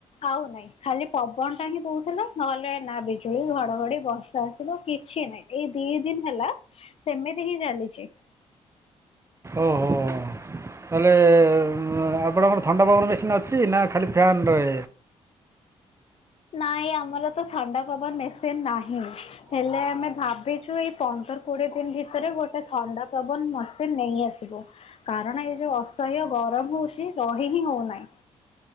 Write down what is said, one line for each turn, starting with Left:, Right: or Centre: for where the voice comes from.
Left: ଆଉ ନାଇଁ। ଖାଲି ପବନ ଟା ହିଁ ବହୁଥିଲା ନହେଲେ ନା ବିଜୁଳି ଘଡ ଘଡି ବର୍ଷା ଆସିବ କିଛି ନାଇଁ। ଏଇ ଦି ଦିନ ହେଲା ସେମିତି ହିଁ ଚାଲିଛି।
Right: ଓହୋ। ତାହେଲେ ଆପଣଙ୍କର ଥଣ୍ଡା ପବନ ମେସିନ୍ ଅଛି ନା ଖାଲି ଫ୍ୟାନ୍ ତଳେ
Left: ନାଇଁ ଆମର ତ ଥଣ୍ଡା ପବନ ମେସିନ୍ ନାହିଁ। ହେଲେ ଆମେ ଭାବିଛୁ ଏଇ ପନ୍ଦର କୋଡିଏ ଦିନ ଭିତରେ ଗୋଟେ ଥଣ୍ଡା ପବନ ମେସିନ ନେଇ ଆସିବୁ। କାରଣ ଏଇ ଯୋଉ ଅସହ୍ୟ ଗରମ ହଉଛି ରହି ହିଁ ହଉନାହିଁ।